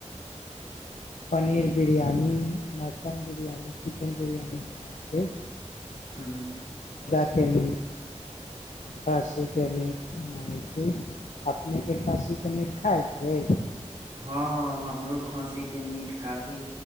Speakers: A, on the left; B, on the right.
A: पनीर बिरियानी मटन बिरियानी चिकेन बिरियानी खाइ छै
B: हू
A: खेलू खस्सी के मीट बनाबै छी अपने के खसी के मीट खाइ छै छियै
B: हँ हमरो खंसी के मीट काफी